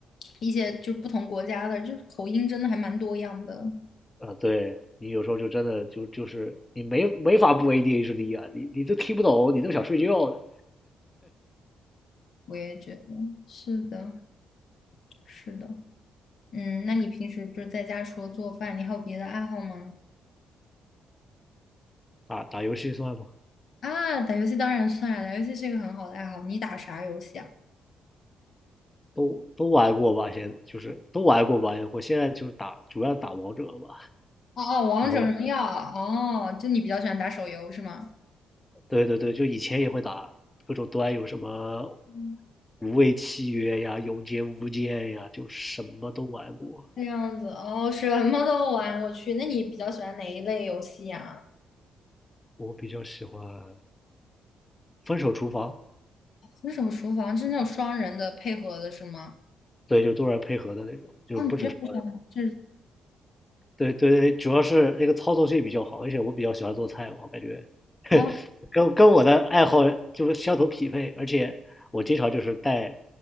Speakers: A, on the left; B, on the left.
A: 一些就是不同国家的，就是口音真的还蛮多样的。
B: 啊，对你有时候就真的就就是你没没法不 ADHD 啊，你你都听不懂，你都想睡觉的。
A: 我也觉得是的，是的。嗯，那你平时就是在家除了做饭，你还有别的爱好吗？
B: 打打游戏算吗？
A: 啊，打游戏当然算啊，打游戏是一个很好的爱好。你打啥游戏啊？
B: 都都玩过吧，现就是都玩过吧。我现在就是打，主要打王者吧。
A: 哦哦，王者荣耀。
B: 然后
A: 哦，就你比较喜欢打手游是吗？
B: 对对对，就以前也会打各种端，游，什么
A: 嗯，
B: 无畏契约呀、永劫无间呀，就什么都玩过。
A: 这样子。哦，什么都玩，我去。那你比较喜欢哪一类游戏呀、
B: 我比较喜欢分手厨房，
A: 那种厨房是那种双人的配合的是吗？
B: 对，就多人配合的那种，就不止双人。
A: 哦，你这个是
B: 对对对，主要是那个操作性比较好，而且我比较喜欢做菜嘛，我感觉 <laughs>
A: 哦
B: 跟跟我的爱好就是相同匹配，而且我经常就是带。